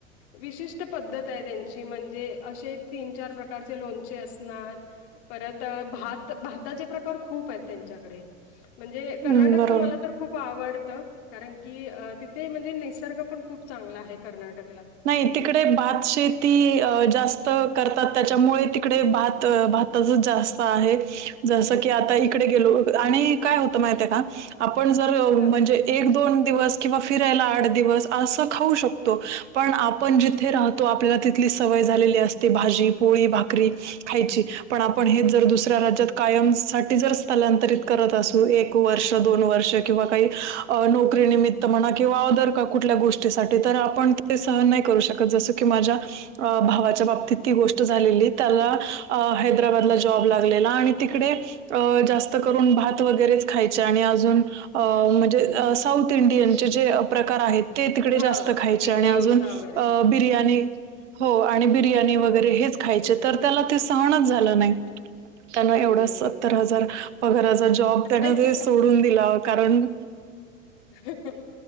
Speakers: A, on the left; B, on the right.
A: विशिष्ट उ पद्धत आहे त्यांची म्हणजे असे तीन चार प्रकारचे लोणचे असणार परत भात भाताचे प्रकार खूप आहेत त्यांच्याकडे म्हणजे कर्नाटकच
B: हम्म बरोबर
A: मला तर खूप आवडत कारण की तिथे म्हणजे निसर्ग पण खूप चांगला आहे कर्नाटकला
B: नाही तिकडे भात शेती जास्त करतात त्याच्यामुळे तिकडे भात भात अजून जास्त आहे जस की आता इकडे गेलो आणि काय होतं माहिितय का आपण जर म्हणजे
A: ह
B: एक दोन दिवस किंवा फिरायला आठ दिवस असं खाऊ शकतो पण आपण जिथे राहतो आपल्याला तिथली सवय झालेली असते भाजी पोळी भाकरी खायची पण आपण हेच जर दुसऱ्या राज्यात कायम साठी जर स्थलांतरित करत असू एक वर्ष दोन वर्ष किंवा काही नोकरीनिमित्त म्हणा किंवा अदर कुठल्या गोष्टी त्यासाठी तर आपण ते सहन नाही करू शकत जसं की माझ्या भावाच्या बाबतीत ती गोष्ट झालेली त्याला अ हे हैदबाला जॉब लागलेला आणि तिकडे अ जास्त करून भात वगैरेच खायचे आणि अजून अ म्हणजे साऊथ इंडियनचे जे प्रकार आहेत ते तिकडे
A: हा
B: जास्त खायचे चणे
A: इडली
B: अजून
A: डोसा वगैरे
B: अ बिर्याणी हो आणि बिर्याणी वैगेरे
A: हो
B: हेच खाय तर त्याला ते सहणच झालं नाही त्यान एवढच
A: अगदी अगदी
B: सत्तर हजार पगाराचा जॉब
A: कारण
B: त्याना ते
A: की
B: सोडून दिला कारण
A: हं ह